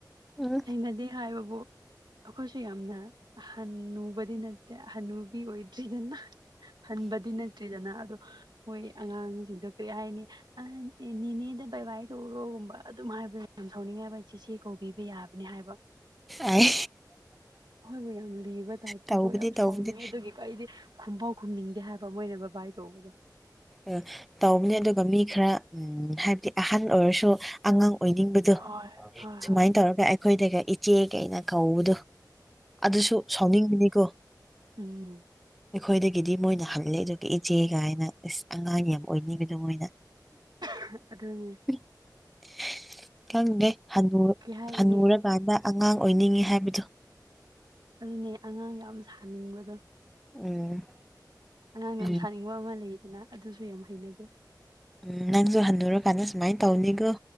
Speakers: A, in the centre; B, on the right.
A: ꯎꯝ
B: ꯅꯗꯦ ꯍꯥꯏꯕꯕꯨ ꯑꯈꯣꯏꯁꯨ ꯌꯥꯝꯅ ꯍꯅꯨꯕꯗꯤ ꯅꯠꯇꯦ ꯍꯟꯅꯨꯕꯤ ꯑꯣꯏ ꯗ꯭ꯔꯤꯗꯅ ꯍꯟꯕꯗꯤ ꯅꯠꯇ꯭ꯔꯤꯗꯅ ꯑꯗꯣ ꯃꯣꯏ ꯑꯉꯥꯡꯖꯤꯡꯗꯣ ꯀꯩ ꯍꯥꯏꯅꯤ ꯑ ꯅꯦ ꯅꯦꯅꯦꯗ ꯕꯥꯏꯕꯥꯏ ꯇꯧꯔꯣꯒꯨꯝꯕ ꯑꯗꯨꯝ ꯍꯥꯏꯕ ꯌꯥꯝ ꯁꯥꯎꯅꯤꯡꯉꯦꯕ ꯑꯩ ꯆꯦꯆꯦ ꯀꯧꯕꯤꯕ ꯌꯥꯕꯅꯤ ꯍꯥꯏꯕ
A: ꯑꯩ
B: ꯍꯣꯏꯕꯨ ꯌꯥꯝ ꯂꯤꯕ ꯇꯥꯏꯞꯇꯣ
A: ꯇꯧꯕꯗꯤ
B: ꯀꯣ ꯌꯥꯝ ꯁꯥꯎꯅꯤꯡꯉꯦ
A: ꯇꯧꯕꯗꯤ
B: ꯑꯗꯨꯒꯤ ꯑꯩꯗꯤ ꯈꯨꯝꯐꯥꯎ ꯈꯨꯝꯅꯤꯡꯗꯦ ꯍꯥꯏꯕ ꯃꯣꯏꯅ ꯕꯥꯕꯥꯏ ꯇꯧꯕꯗꯣ
A: ꯑ ꯇꯧꯕꯅꯦ ꯑꯗꯨꯒ ꯃꯤ ꯈꯔ ꯎꯝ ꯍꯥꯏꯕꯗꯤ ꯑꯍꯟ ꯑꯣꯏꯔꯁꯨ ꯑꯉꯥꯡ ꯑꯣꯏꯅꯤꯡꯕ ꯇꯨ
B: ꯍꯣꯏ ꯍꯣꯏ
A: ꯁꯨꯃꯥꯏ
B: ꯍꯣꯏ
A: ꯇꯧꯔꯒ ꯑꯩꯈꯣꯏꯗꯒ ꯏꯆꯦ ꯀꯥꯏꯅ ꯀꯧꯕꯗꯨ ꯑꯗꯨꯁꯨ ꯁꯥꯎꯅꯤꯡꯉꯅꯤꯀꯣ
B: ꯎꯝ
A: ꯑꯩꯈꯣꯏꯗꯒꯤꯗꯤ ꯃꯣꯏꯅ ꯍꯜꯂꯦ ꯑꯗꯨꯒ ꯏꯆꯦꯒꯥꯏꯅ ꯢꯁ ꯑꯉꯥꯡ ꯌꯥꯝ ꯑꯣꯏꯅꯤꯡꯉꯤꯗꯣ ꯃꯣꯏꯅ
B: ꯍꯥ ꯑꯗꯨꯅꯤ
A: <unintelligible> ꯈꯪꯗꯦ ꯍꯅꯨ
B: ꯀꯩ ꯍꯥꯏꯒꯅꯤ
A: ꯍꯅꯨꯔꯀꯥꯟꯗ ꯑꯉꯥꯡ ꯑꯣꯏꯅꯤꯡꯉꯤ ꯍꯥꯏꯕꯗꯨ
B: ꯑꯗꯨꯅꯦ ꯑꯉꯥꯡ ꯌꯥꯝ ꯁꯥꯅꯤꯡꯕꯗꯣ
A: ꯎꯝ
B: ꯑꯉꯥꯡ ꯌꯥꯝ
A: ꯎꯝ
B: ꯁꯥꯅꯤꯡꯕ ꯑꯃ ꯂꯩꯗꯅ ꯑꯗꯨꯁꯨ ꯌꯥꯝ ꯍꯩꯅꯗꯦ
A: ꯎꯝ ꯅꯪꯁꯨ ꯍꯟꯅꯨꯔꯀꯥꯟꯗ ꯁꯨꯃꯥꯏ ꯇꯧꯅꯤꯀꯣ